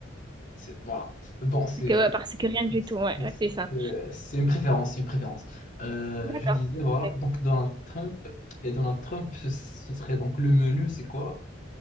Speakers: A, on the left; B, on the right.
A: C'est- Voilà. Bon, c'est
B: Que, ouais, parce que rien du tout, ouais,
A: c'est
B: ouais,
A: c'est-
B: c'est ça.
A: euh, c'est une préférence, c'est une préférence. Euh,
B: D'accord,
A: je disais,
B: je
A: voilà,
B: respecte.
A: donc Donald Trump, et Donald Trump, ce, ce serait donc le menu, c'est quoi?